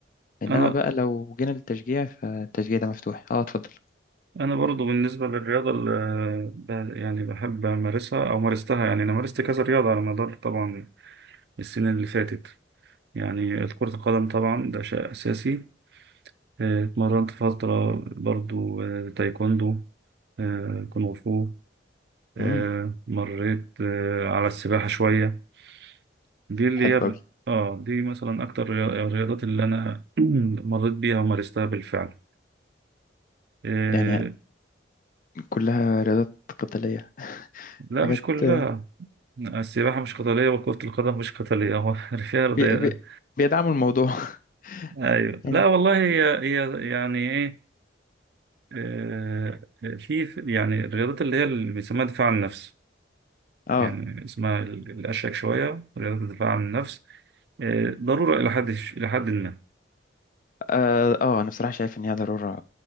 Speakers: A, on the left (about 45°); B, on the right (about 55°).
A: إنما
B: أنا
A: بقى لو جينا للتشجيع فالتشجيع ده مفتوح أه اتفضل
B: أنا برضو بالنسبة للرياضة اللي ب- يعني بحب أمارسها أو مارستها يعني أنا مارست كذا رياضة على مدار طبعا السنين اللي فاتت يعني كرة القدم طبعا ده شيء أساسي إيه، اتمرنت فترة برضو آه، تايكوندو آه، كونغ فو آه،
A: مم.
B: مريت آه، على السباحة شوية دي اللي
A: حلو
B: هي
A: أوي
B: اه دي مثلا أكتر الريا- الرياضات اللي أنا <clears throat> مريت بيها ومارستها بالفعل آه،
A: يعني كلها رياضات قتالية
B: لا
A: حاجات
B: مش كلها
A: آه،
B: السباحة مش قتالية وكرة القدم مش قتالية هو <laughs> فيها رضا-
A: بي بي بيدعموا الموضوع <laughs>
B: أيوة
A: يعني
B: لا والله هي هي يعني إيه آه، في في- يعني الرياضات اللي هي اللي بيسموها دفاع عن النفس
A: أه
B: يعني اسمها ال- الأشيك شوية رياضة الدفاع عن النفس آه، ضرورة إلى حد إلى حد ما
A: أه آه، أنا بصراحة شايف إن هي ضرورة